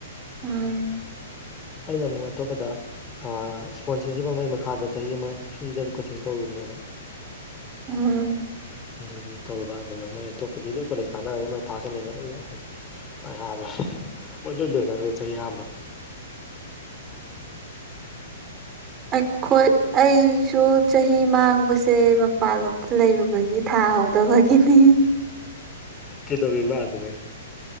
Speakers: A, on the right (about 25°); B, on the left (about 20°).
A: ꯑꯥ
B: ꯑꯩꯅ ꯑꯃꯨꯛ ꯑꯇꯣꯞꯄꯗ ꯏ꯭ꯁꯄꯣꯟꯁ꯭ꯔꯁꯤꯞ ꯑꯃꯒꯤ ꯃꯈꯥꯗ ꯆꯍꯤ ꯑꯃ ꯐ꯭ꯔꯤꯗ ꯀꯣꯆꯤꯡ ꯇꯧꯔꯨꯕꯅꯦꯕ
A: ꯎꯝ <unintelligible>
B: ꯑꯗꯨꯒꯤ ꯇꯧꯔꯨꯕ ꯑꯗꯨꯒ ꯃꯣꯏ ꯑꯇꯣꯞꯄꯗꯤ ꯂꯣꯏ ꯀꯣꯂꯦꯖ ꯀꯥꯟꯅꯔꯦ ꯃꯣꯏ ꯐꯥꯁ ꯁꯦꯃꯤꯁꯇꯔ ꯂꯣꯏ <unintelligible> <inaudible> ꯃꯣꯏ ꯂꯣꯢꯅꯒꯔꯦ ꯆꯍꯤ ꯑꯌꯥꯝꯕ
A: ꯑꯣ ꯍꯣꯏ <unintelligible> ꯑꯩꯁꯨ ꯆꯍꯤ ꯃꯥꯡꯕꯁꯦ ꯃꯄꯥꯟꯂꯣꯝꯗ ꯂꯩꯔꯨꯕꯒꯤ ꯊꯥꯍꯧꯗꯕꯒꯤꯅꯤ
B: ꯀꯩꯗꯧꯔꯤꯕ ꯑꯥꯗ ꯅꯪꯅ